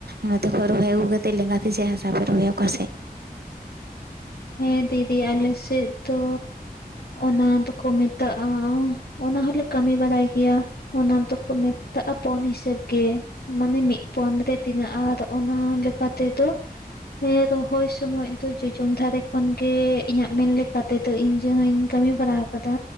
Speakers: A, on the right (about 80°); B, on the left (about 80°).
A: ᱱᱚᱛᱮ ᱠᱷᱚᱡ ᱨᱚᱦᱚᱭ ᱟᱹᱜᱩ ᱠᱟᱛᱮᱜ ᱞᱮᱸᱜᱟ ᱛᱤ ᱥᱮᱫ ᱦᱟᱥᱟ ᱯᱮ ᱨᱚᱦᱚᱭᱟ, ᱚᱠᱟ ᱥᱮᱜ?
B: ᱦᱮᱸ ᱫᱤᱫᱤ ᱟᱞᱮ ᱥᱮᱫ ᱫᱚ ᱚᱱᱟ ᱫᱚᱠᱚ ᱢᱮᱛᱟᱜᱼᱟ, ᱚᱱᱟ ᱦᱚᱸ ᱞᱮ ᱠᱟᱢᱤ ᱵᱟᱲᱟᱭ ᱜᱮᱭᱟ᱾ ᱚᱱᱟ ᱫᱚᱠᱚ ᱢᱮᱛᱟᱜᱼᱟ ᱯᱚᱱ ᱦᱤᱥᱟᱹᱵ ᱜᱮ᱾ ᱢᱟᱱᱮ ᱢᱤᱫ ᱯᱚᱱ ᱨᱮ ᱛᱤᱱᱟᱹᱜ-ᱟ ᱟᱨ ᱚᱱᱟ ᱞᱮᱠᱟ ᱛᱮᱫᱚ ᱦᱮᱸ ᱨᱚᱦᱚᱭ ᱥᱚᱢᱚᱡ ᱫᱚ ᱡᱚᱡᱚᱢ ᱫᱷᱟᱨᱮ ᱠᱷᱚᱱ ᱜᱮ ᱤᱧᱟᱹᱜ ᱢᱮᱱ ᱞᱮᱠᱟ ᱛᱮᱫᱚ ᱤᱧ ᱡᱟᱹᱦᱟᱸᱧ ᱠᱟᱢᱤ ᱵᱟᱲᱟ ᱠᱟᱫᱟ,